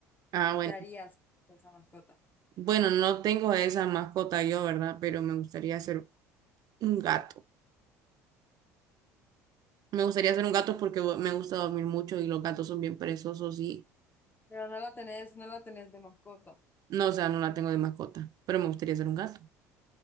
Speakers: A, on the right; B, on the left.
A: Ah,
B: ¿Y
A: bueno.
B: qué harías con esa mascota?
A: Bueno, no tengo esa mascota yo, ¿verdad? Pero me gustaría ser un gato. Me gustaría ser un gato porque bo- me gusta dormir mucho y los gatos son bien perezosos y
B: Pero no la tenés, no la tenés de mascota.
A: no, o sea, no la tengo de mascota, pero me gustaría ser un gato. <laughs>